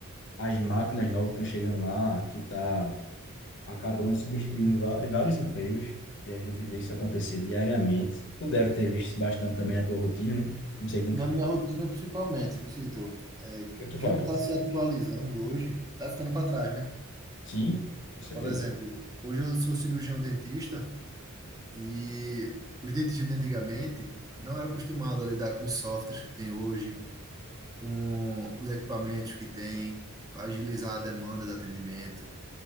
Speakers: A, on the left (about 55°); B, on the right (about 15°).
A: as máquinas novas que estão chegando lá, que está acabando substituindo va- vários empregos, e a gente vê isso acontecer diariamente. Tu deve ter visto isso bastante também na tua rotina, né? Não sei com
B: Na
A: que,
B: minha rotina, principalmente, Victor, é,
A: o que tu faz.
B: quem não está se atualizando hoje está ficando para trás, né?
A: Sim, com certeza.
B: Por exemplo, hoje eu sou cirurgião dentista e os dentistas de antigamente não eram acostumados a lidar com os softwares que tem hoje, com os equipamentos que tem, para agilizar a demanda do atendimento,